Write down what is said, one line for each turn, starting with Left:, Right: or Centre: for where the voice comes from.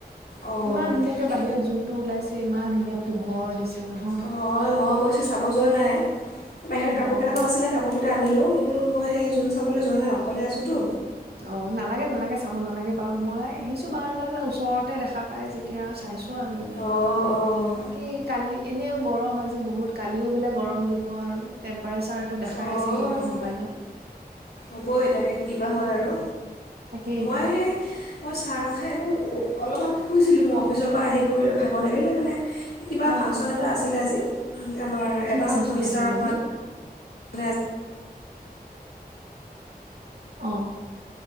Left: অঁ
Right: ইমান ধুনীয়াকে
Left: এই
Right: বাহিৰত জোনটো ওলাইছে। ইমান ধুনীয়া পোহৰ দিছে। নহয়
Left: অ' মই অৱশ্যে চাব যোৱা নাই। বাহিৰত
Right: অ',
Left: কাপোৰ কেইটামান আছিলে, কাপোৰ কে তে আনিলো। কিন্তু মই সেই জোন চাবলৈ যোৱা নাই অকলে আছোতো।
Right: অ' নালাগে নালাগে চাব নালাগে বাৰু মই আহিছো বাৰাণ্ডা ত ওচৰতে দেখা পাই যেতিয়া আৰু চাইছো। আৰু এনেই
Left: অঁ অঁ
Right: বাকী কালি এনেও গৰম আজি বহুত কালিও বোলে গৰম দিব আৰু তেম পাই চাৰ্টত দেখাই
Left: অঁ
Right: আছে কিবা মবাইলত।
Left: হবই তাকে কিবা হয় আৰু।
Right: তাকেইটো
Left: মই মই চাহ খাইনো অলপমান শুইছিলোঁ মই। অফিচৰ পৰা আহি কৰিলো ভাগৰ লাগিলে মানে কিবা
Right: অ',
Left: ফাংচন
Right: অ',
Left: এটা আছিলে আজি। আমাৰ
Right: অ', কি
Left: এটা
Right: ফাংচন
Left: চেমিষ্টাৰৰ
Right: আছিল আজি
Left: ম নে
Right: অহ'।